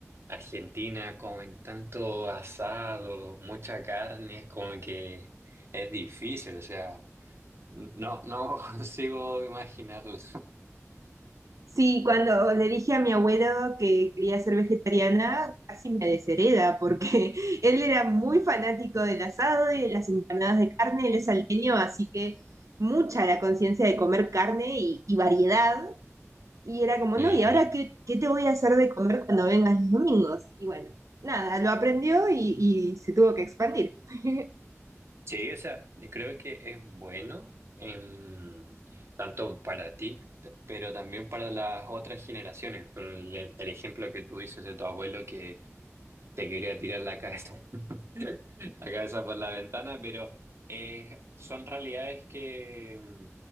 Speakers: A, on the right; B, on the right.
A: Argentina comen tanto asado, mucha carne, es como que es difícil, o sea. No, no <laughs> consigo imaginarlo.
B: Sí, cuando le dije a mi abuelo que quería ser vegetariana, casi me deshereda porque <laughs> él era muy fanático del asado y de las empanadas de carne, él es salteño, así que mucha la conciencia de comer carne y, y variedad. Y era como,
A: Ujú.
B: no, ¿y ahora qué, qué te voy a hacer de comer cuando vengas los domingos? Y bueno, nada, lo aprendió y, y se tuvo que expandir. <laughs>
A: Sí, o sea, creo que es bueno em, tanto para ti, t- pero también para las otras generaciones. Por El, el ejemplo que tú dices de tu abuelo que Te quería tirar la cabeza, <laughs> la cabeza por la ventana, pero eh, son realidades que mm,